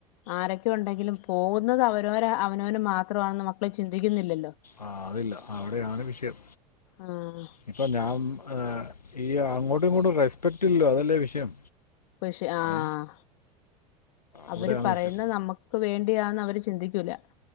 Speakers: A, on the left; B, on the left.
A: ആരൊക്കെ ഉണ്ടെങ്കിലും പോകുന്നത് അവരോര അവനവന് മാത്രമാണെന്ന് മക്കള് ചിന്തിക്കുന്നില്ലല്ലോ
B: ആ അതില്ല അവിടെയാണ് വിഷയം
A: ആഹ്
B: ഇപ്പൊ ഞാൻ ഏ ഈ അങ്ങോട്ടു ഇങ്ങോട്ടു റെസ്പെക്റ്റ് ഇല്ല അതല്ലേ വിഷയം
A: പഷെ ആഹ്
B: ഏ?
A: അവര്
B: അവിടെയാണ്
A: പറയുന്ന
B: വിഷയം
A: നമ്മക്ക് വേണ്ടിയാന്ന് അവര് ചിന്തിക്കൂല്ല